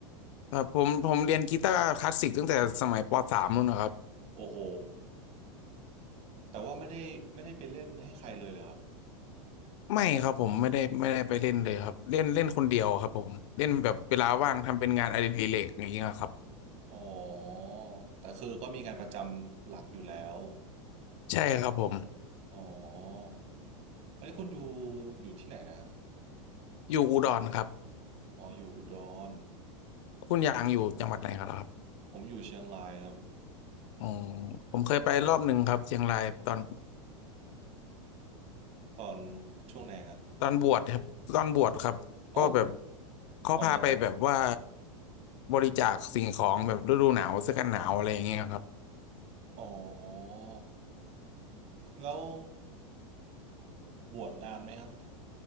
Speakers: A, on the left; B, on the right.
A: ครับผมผมเรียนกีตาร์คลาสสิกตั้งแต่สมัยปสามนู่นนะครับ
B: โอ้โหแต่ว่าไม่ได้ไม่ได้ไปเล่นให้ใครเลยเหรอครับ
A: ไม่ครับผมไม่ได้ไม่ได้ไปเล่นเลยครับเล่นเล่นคนเดียวครับผมเล่นแบบเวลาว่างทำเป็นงานอดิเรกอย่างเงี้ยครับ
B: อ๋อแต่คือก็มีงานประจำหลักอยู่แล้ว
A: ใช่ครับผม
B: อ๋ออันนี้คุณอยู่อยู่ที่ไหนนะฮะ
A: อยู่อุดรครับ
B: อ๋ออยู่อุดร
A: คุณยางอยู่จังหวัดไหนครับ
B: ผมอยู่เชียงรายครับ
A: อ๋อผมเคยไปรอบหนึ่งครับเชียงรายตอน
B: ตอนช่วงไหนฮะ
A: ตอนบวชครับตอนบวชครับก็แบบ
B: อ๋อ
A: เขาพาไปแบบว่า
B: อ๋อเหรอครับ
A: บริจาคสิ่งของแบบฤดูหนาวเสื้อกันหนาวอะไรอย่างเงี้ยครับ
B: อ๋อแล้วบวชนานไหมครับ